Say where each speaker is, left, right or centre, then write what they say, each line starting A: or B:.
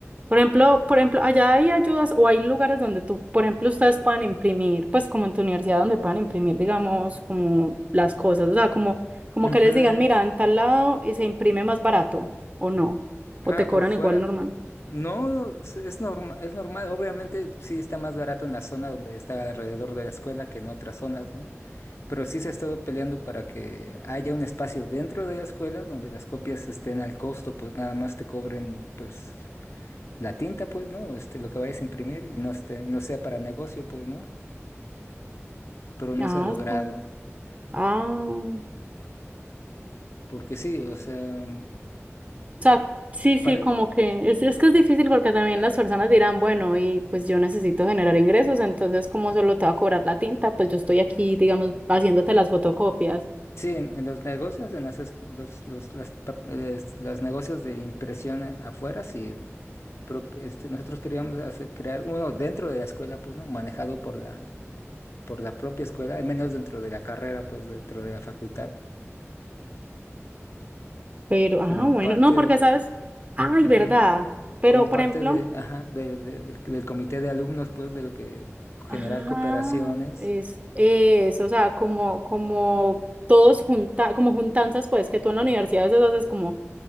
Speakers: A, on the right; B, on the left.
A: Por ejemplo, por ejemplo, allá hay ayudas o hay lugares donde tú, por ejemplo, ustedes puedan imprimir, pues como en tu universidad donde puedan imprimir, digamos, como las cosas, o sea, como, como
B: Ujú.
A: que les digan, mira, en tal lado y se imprime más barato, o no,
B: Ah,
A: o te cobran
B: por fuera.
A: igual normal.
B: No, es es norma- es normal. Obviamente sí está más barato en la zona donde está alrededor de la escuela que en otras zonas, ¿no? pero sí se ha estado peleando para que haya un espacio dentro de la escuela donde las copias estén al costo, pues nada más te cobren pues la tinta, pues, ¿no? Este, lo que vayas a imprimir y no esté, no sea para negocio, pues, ¿no? Pero no
A: Ah,
B: se ha logrado,
A: está. Ah, o
B: porque sí, o sea,
A: sea, sí, sí,
B: para
A: como que es, es que es difícil porque también las personas dirán, bueno, y pues yo necesito generar ingresos, entonces como solo te va a cobrar la tinta, pues yo estoy aquí, digamos, haciéndote las fotocopias
B: Sí, en, en los negocios, en las, es- los, los- las, pa- les- las negocios de impresión a- afuera, sí, pero este, nosotros queríamos hacer- crear uno dentro de la escuela, pues, ¿no? Manejado por la por la propia escuela, al menos dentro de la carrera, pues dentro de la facultad,
A: Pero,
B: como
A: ah, bueno,
B: parte
A: no, porque
B: de,
A: sabes, ay,
B: ujú,
A: verdad, pero
B: como
A: por
B: parte
A: ejemplo,
B: de, ajá, de- de- del, del comité de alumnos, pues de lo que generar
A: ah,
B: cooperaciones.
A: es eso, o sea, como, como todos junta, como juntanzas, pues, que tú en la universidad a veces haces como,